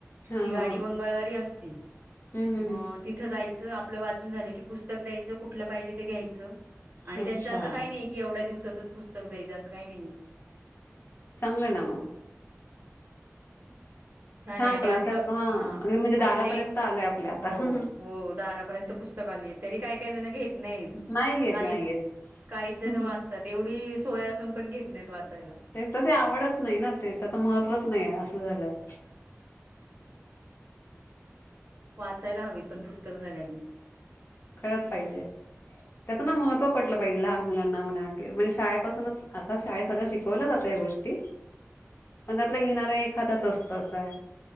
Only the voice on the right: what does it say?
ती गाडी
मंगळवारी असती.
मग तिथं जायचं. आपलं वाचून झालं की पुस्तक द्यायचं. कुठलं पाहिजे ते घ्यायचं. आणि
त्यांचं
असं काही नाही. की एवढ्या दिवसातच पुस्तक द्यायचं असं काही नाही.
हम्. छानये
आणि
असं
हा
आणि ते
हो
हो दारापर्यंत पुस्त- - क आली. तरी काही काहीजण घेत नाहीत.
काही
काही जण
वाचतात
एवढी -- सोय असून पण घेत नाहीत वाचायला.
वाचायला हवी पण पुस्तकं सगळ्यांनी.